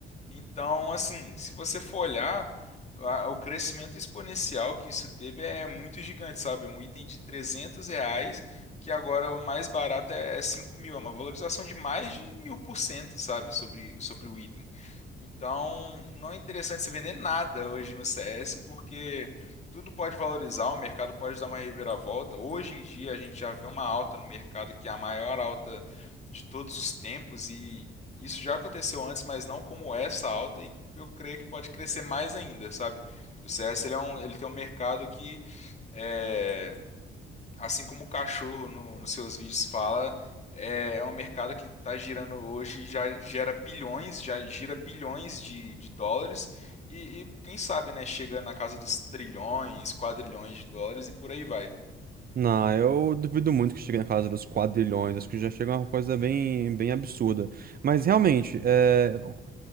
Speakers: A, on the left; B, on the right.
A: Então, assim, se você for olhar, a- o crescimento exponencial que isso teve é muito gigante, sabe? Um item de 300 reais que agora o mais barato é, é 5 mil, é uma valorização de mais de mil por cento, sabe, sobre, sobre o item. Então, não é interessante se vender nada hoje no CS, porque tudo pode valorizar, o mercado pode dar uma reviravolta. Hoje em dia, a gente já vê uma alta no mercado que é a maior alta de todos os tempos, e isso já aconteceu antes, mas não como essa alta, e eu creio que pode crescer mais ainda, sabe? O CS ele é um, ele tem um mercado que. É, assim como o cachorro no, nos seus vídeos fala, é, é um mercado que está girando hoje, já gera bilhões, já gira bilhões de, de dólares, e, e quem sabe, né, chega na casa dos trilhões, quadrilhões de dólares e por aí vai.
B: Não, eu duvido muito que chegue na casa dos quadrilhões. Acho que já chega uma coisa bem, bem absurda. Mas realmente, é, eu